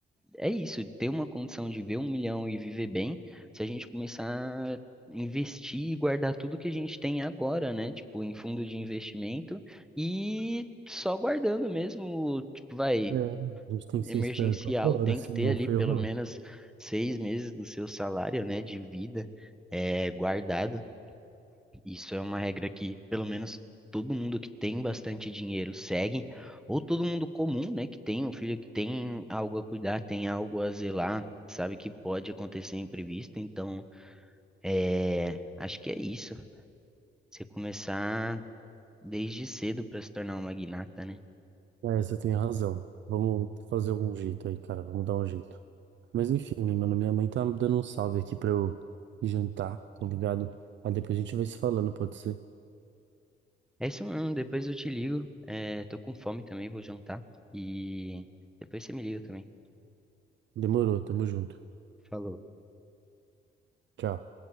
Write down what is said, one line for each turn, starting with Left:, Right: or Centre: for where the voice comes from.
Centre: É isso, ter uma condição de ver um milhão e viver bem, se a gente começar a investir e guardar tudo que a gente tem agora, né? Tipo, em fundo de investimento e só guardando mesmo, tipo, vai,
Right: É, a gente tem
Centre: emergencial,
Right: que ser esperto agora,
Centre: tem
Right: senão
Centre: que ter ali
Right: ferrou.
Centre: pelo menos seis meses do seu salário, né, de vida, é, guardado. Isso é uma regra que, pelo menos, todo mundo que tem bastante dinheiro segue, ou todo mundo comum, né, que tem um filho que tem algo a cuidar, tem algo a zelar, sabe que pode acontecer imprevisto, então, é, acho que é isso. Você começar desde cedo para se tornar um magnata, né?
Right: É, você tem razão. Vamos fazer algum jeito aí, cara, vamos dar um jeito. Mas enfim, mano, minha mãe tá dando um salve aqui pra eu jantar, tá ligado? Aí depois a gente vai se falando, pode ser?
Centre: É isso, mano. Depois eu te ligo. É, tô com fome também, vou jantar. E depois você me liga também.
Right: Demorou, tamo junto.
Centre: Falou.
Right: Tchau.